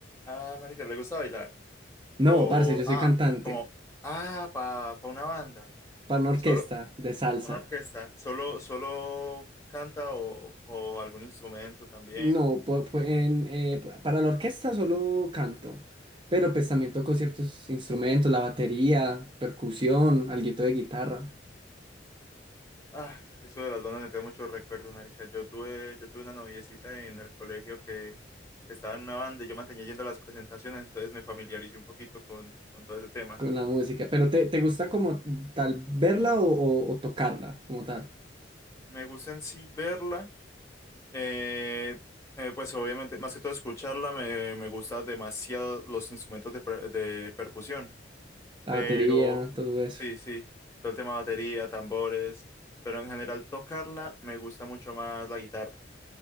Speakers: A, on the left; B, on the right.
A: Ah, marica, ¿le gusta bailar?
B: No,
A: O,
B: parce, yo soy
A: ah,
B: cantante
A: como, ah, pa, pa una banda.
B: para una orquesta
A: Solo,
B: de salsa.
A: una orquesta. Solo, solo canta o, o algún instrumento también.
B: No, pu- pu- en, eh, pa- para la orquesta solo canto, pero pues también toco ciertos instrumentos, la batería, percusión, alguito de guitarra
A: Ah, eso de las bandas me trae muchos recuerdos, marica. Yo tuve, yo tuve una noviecita en el colegio que, que estaba en una banda y yo mantenía yendo a las presentaciones, entonces me familiaricé un poquito con, con todo ese tema.
B: con la música. Pero ¿te, te gusta como tal verla o, o- o tocarla como tal?
A: Me gusta en sí verla. Eh, eh, pues obviamente, más que todo escucharla, me, me gustan demasiado los instrumentos de, per- de percusión,
B: La
A: pero
B: batería, todo eso.
A: sí, sí, todo el tema de batería, tambores, pero en general tocarla me gusta mucho más la guitarra.